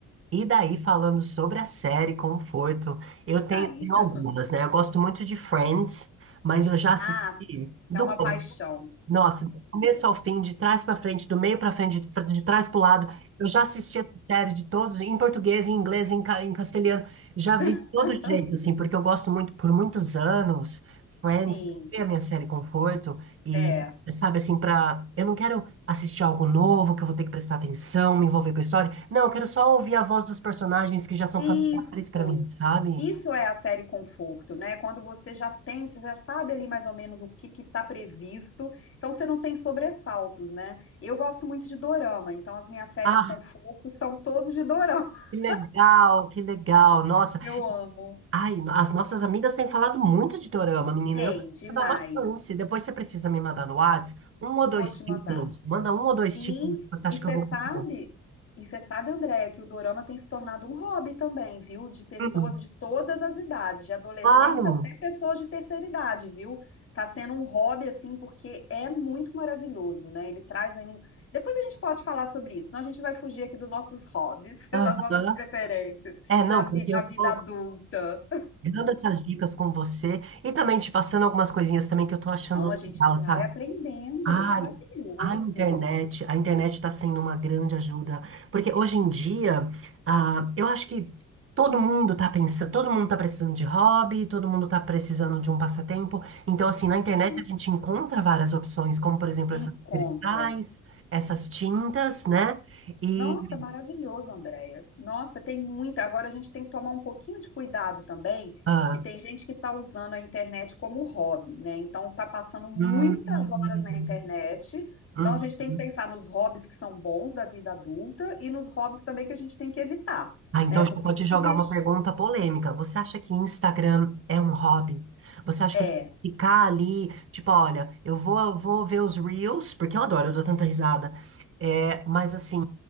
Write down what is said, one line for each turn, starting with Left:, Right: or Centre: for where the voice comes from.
Right: E daí, falando sobre a série Conforto, eu tenho,
Left: Aí.
Right: tenho
Left: <laughs>
Right: algumas, né? Eu gosto muito de Friends, mas eu já assisti
Left: Ah,
Right: do
Left: é uma
Right: começo
Left: paixão.
Right: Nossa, do começo ao fim, de trás para frente, do meio para frente, de, de trás para o lado. Eu já assisti essa série de todos, em português, em inglês, em, ca- em castelhano. Já vi de
Left: <laughs>
Right: todo jeito, assim, porque eu gosto muito, por muitos anos, Friends
Left: Sim,
Right: foi a minha série conforto. E,
Left: é.
Right: sabe, assim, para. Eu não quero assistir algo novo, que eu vou ter que prestar atenção, me envolver com a história. Não, eu quero só ouvir a voz dos personagens que já são
Left: Isso.
Right: familiares para mim, sabe?
Left: Isso é a série Conforto, né? Quando você já tem, você já sabe ali mais ou menos o que que tá previsto, então você não tem sobressaltos, né? Eu gosto muito de dorama, então as minhas séries
Right: Ah,
Left: Conforto são todas de dorama. <laughs>
Right: que legal, que legal. Nossa.
Left: Eu amo.
Right: Ai, no- as nossas amigas têm falado muito de dorama, menina.
Left: Tem,
Right: Eu preciso
Left: demais.
Right: dar uma chance. Depois você precisa me mandar no Whats um ou dois
Left: Vou te mandar.
Right: títulos. Manda um ou dois
Left: Sim,
Right: títulos, eu acho
Left: e você
Right: que eu vou
Left: sabe,
Right: conseguir.
Left: e você sabe, Andréia, que o dorama tem se tornado um hobby também, viu? De pessoas
Right: Hum,
Left: de todas as idades, de adolescentes
Right: claro.
Left: até pessoas de terceira idade, viu? Tá sendo um hobby, assim, porque é muito maravilhoso, né? Ele traz aí um. Depois a gente pode falar sobre isso, senão a gente vai fugir aqui dos nossos hobbies, <laughs>
Right: Aham.
Left: das nossas preferências,
Right: É, não,
Left: nas
Right: porque
Left: vi...
Right: eu
Left: na vida
Right: tô
Left: adulta.
Right: dando essas dicas com você e também te passando algumas coisinhas também que eu tô achando
Left: Não, a gente
Right: legal, sabe?
Left: vai aprendendo,
Right: Ai,
Left: maravilhoso.
Right: a internet, a internet está sendo uma grande ajuda, porque hoje em dia, ah, eu acho que todo mundo está pensando, todo mundo está precisando de hobby, todo mundo está precisando de um passatempo. Então, assim, na
Left: Sim,
Right: internet a gente encontra várias opções, como por exemplo
Left: encontra.
Right: esses cristais, essas tintas, né? E
Left: Nossa, maravilhoso, Andréia. Nossa, tem muita. Agora a gente tem que tomar um pouquinho de cuidado também,
Right: ah,
Left: que tem gente que está usando a internet como hobby, né? Então está passando muitas
Right: hum, hum,
Left: horas na internet.
Right: hum.
Left: Então a gente tem
Right: hum.
Left: que pensar nos hobbies que são bons da vida adulta e nos hobbies também que a gente tem que evitar,
Right: Ah, então
Left: né?
Right: eu
Left: Porque
Right: já vou te jogar
Left: se deixa.
Right: uma pergunta polêmica. Você acha que Instagram é um hobby? Você acha
Left: É,
Right: que assim, ficar ali, tipo, olha, eu vou, eu vou ver os Reels, porque eu adoro, eu dou tanta risada. É, mas assim,